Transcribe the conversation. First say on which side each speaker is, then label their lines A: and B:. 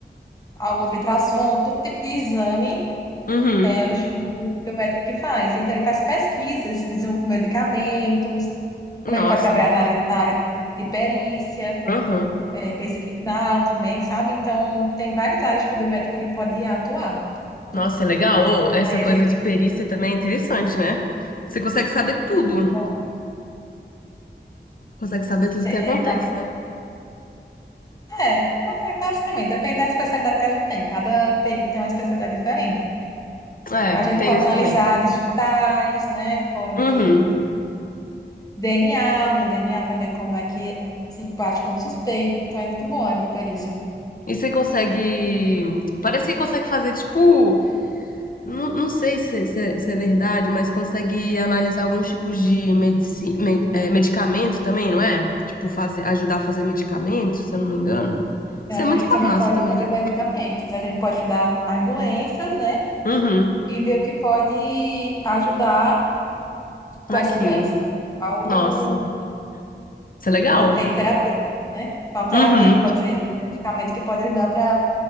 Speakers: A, on the left; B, on the left.
A: A outra ultrassom, todo tipo de exame
B: uhum.
A: é o, o biomédico que faz. Ele também faz pesquisas, desenvolve medicamentos, também
B: Nossa,
A: pode trabalhar na área, na área de perícia,
B: uhum.
A: é, perícia criminal também, sabe? Então, tem várias áreas que o biomédico ele pode atuar. Tu-
B: Nossa, é legal. Ô, essa
A: Aí
B: coisa
A: a gente
B: de perícia também é interessante, né? Você consegue saber tudo.
A: Muito bom.
B: Consegue saber tudo
A: Cê-
B: o que acontece,
A: É, pra-
B: né?
A: é, mas é basicamente, depende da especialidade que a gente tem. Cada perito tem uma especialidade diferente.
B: É,
A: A gente
B: tem
A: pode
B: isso
A: analisar
B: também.
A: digitais, né? Pode
B: Uhum.
A: DNA, ver o DNA para ver como é que é, se bate com o suspeito. Então é muito bom a área de perícia.
B: E você consegue. Parece que consegue fazer, tipo. Não, não sei se, se- é, se é verdade, mas consegue analisar alguns tipos de medici... me- é, medicamento também, não é? Tipo, fazer... ajudar a fazer medicamento, se eu não me engano. Isso
A: A
B: é
A: gente
B: muito farmácia
A: também pode
B: também,
A: fazer
B: né?
A: medicamentos. A gente pode estudar as doenças, né?
B: Uhum.
A: E ver o que pode ajudar com
B: Naquilo.
A: essa doença. Qual
B: Nossa.
A: o,
B: Isso é legal.
A: o efeito terapêutico, né? Qual terapia
B: Uhum.
A: que pode ser, medicamento que pode ajudar para